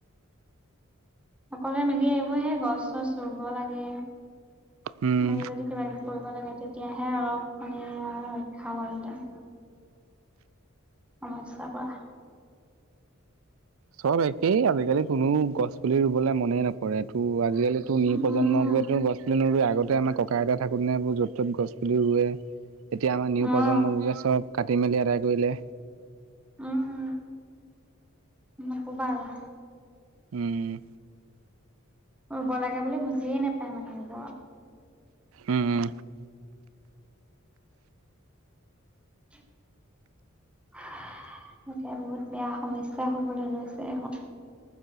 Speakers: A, in the centre; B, on the right.
A: সকলোৱে মিলি এইবোৰহে গছ চছ ৰুব লাগে
B: উম,
A: মিলি জোলি কিবা কিবি কৰিব লাগে তে তেতিয়াহে অলপ মানি ৰক্ষা হলহেঁতেন সমস্যা পৰা
B: চব একেই আজিকালি কোনো গছ পুলি ৰুবলে মনেই নকৰে তো আজিকালিতো নি
A: উম
B: প্ৰজন্ম
A: উম
B: গছ পুলি নৰুোৱে আগতে আমাৰ ককা আইতা থাকোতে এইবোৰ য'ত ত'ত গছ পুলি ৰুৱে এতিয়া আমাৰ নিউ
A: উম
B: প্ৰজন্ম চব কাটি মেলি আদায় কৰিলে
A: উম উ নকবা আৰু
B: উম
A: ব লাগে বুলি বুজিয়েইে নাপায় মানে এইব
B: উম
A: <unintelligible> <inaudible> এতিয়া বহুত বেয়া সমস্যা হবলৈ লৈছে দেখোন